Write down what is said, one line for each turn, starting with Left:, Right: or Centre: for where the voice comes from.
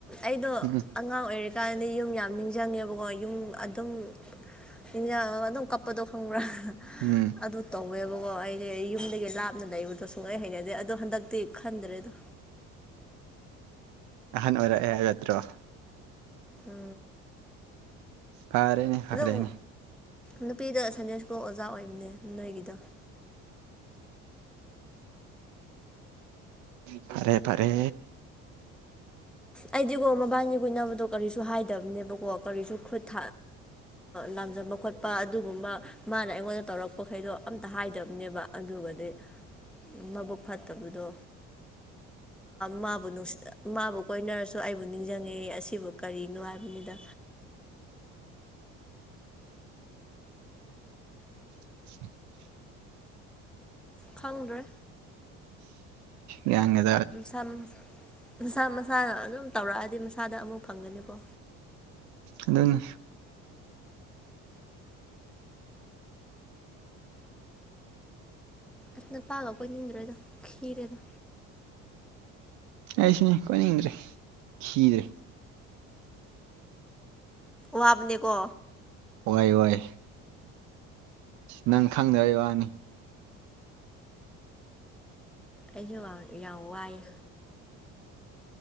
Centre: ꯑꯩꯗꯣ
Right: ꯎꯝ
Centre: ꯑꯉꯥꯡ ꯑꯣꯏꯔꯤꯀꯥꯟꯗ ꯌꯨꯝ ꯌꯥꯝ ꯅꯤꯡꯁꯤꯡꯉꯦꯕꯀꯣ ꯀ ꯌꯨꯝ ꯑꯗꯨꯝ ꯏꯤꯟꯖꯥꯡ ꯑꯗꯨꯝ ꯀꯞꯄꯗꯣ ꯈꯪꯕ꯭ꯔꯥ
Right: ꯎꯝ
Centre: ꯑꯗꯨ ꯇꯧꯋꯦꯕꯀꯣ ꯑꯩꯗꯤ ꯌꯨꯝꯗꯒꯤ ꯂꯥꯞꯅ ꯂꯩꯕꯗꯣ ꯁꯨꯡꯂꯩ ꯍꯩꯅꯗꯦ ꯑꯗꯣ ꯍꯟꯗꯛꯇꯤ ꯈꯟꯗ꯭ꯔꯦꯗꯣ
Right: ꯑꯍꯥꯟ ꯑꯣꯏꯔꯛꯑꯦ ꯍꯥꯏ ꯌꯥꯠꯇ꯭ꯔꯣ
Centre: ꯎꯝ
Right: ꯐꯔꯦꯅꯦ ꯐꯔꯦꯅꯦ
Centre: ꯑꯗꯨꯝ ꯅꯨꯄꯤꯗ ꯁꯟꯗꯦꯁꯀꯨ ꯑꯣꯖꯥ ꯑꯣꯏꯕꯅꯦ ꯅꯣꯏꯒꯤꯗ
Right: ꯐꯔꯦ ꯐꯔꯦ
Centre: ꯑꯩꯗꯤꯒꯣ ꯃꯕꯥꯅꯤ ꯀꯨꯏꯅꯕꯗꯣ ꯀꯔꯤꯁꯨ ꯍꯥꯏꯗꯕꯅꯦꯕꯀꯣ ꯀꯔꯤꯁꯨ ꯈꯨꯠꯠ ꯂꯥꯝꯖꯟꯕ ꯈꯣꯠꯄ ꯑꯗꯨꯒꯨꯝꯕ ꯃꯥꯅ ꯑꯩꯉꯣꯟꯗ ꯇꯧꯔꯛꯄꯈꯩꯗꯣ ꯑꯝꯇ ꯍꯥꯏꯗꯕꯅꯦꯕ ꯑꯗꯨꯒꯗꯤ ꯃꯕꯨꯛ ꯐꯠꯇꯕꯗꯣ ꯃꯥꯕꯨ ꯅꯨꯡꯁꯤ ꯃꯥꯕꯨ ꯀꯣꯏꯅꯔꯁꯨ ꯑꯩꯕꯨ ꯅꯤꯡꯁꯤꯡꯉꯦ ꯑꯁꯤꯕꯨ ꯀꯔꯤꯅꯣ ꯍꯥꯏꯕꯅꯤꯗ
Right: ꯎ
Centre: ꯈꯪꯗ꯭ꯔꯦ
Right: ꯌꯥꯒ
Centre: ꯁꯝ ꯃꯁꯥ ꯃꯁꯥꯅ ꯑꯗꯨꯝ ꯇꯧꯔꯛꯑꯗꯤ ꯃꯁꯥꯗ ꯑꯃꯨꯛ ꯐꯪꯒꯅꯤꯀꯣ
Right: ꯑꯗꯨꯅꯤ
Centre: ꯑꯁꯅꯄꯥꯒ ꯀꯣꯏꯅꯤꯡꯗ꯭ꯔꯦꯗ ꯈꯤꯔꯦꯗ
Right: ꯑꯩ ꯁꯤꯅꯦ ꯀꯣꯏꯅꯤꯡꯗ꯭ꯔꯦ ꯤꯗ꯭ꯔꯦ
Centre: ꯋꯥꯕꯅꯦꯀꯣ
Right: ꯋꯥꯥꯏ ꯋꯥꯏ ꯅꯪ ꯈꯪꯗꯕꯩ ꯋꯥꯅꯤ
Centre: ꯑꯩꯁꯨ ꯌꯥꯝ ꯋꯥꯏꯑꯦ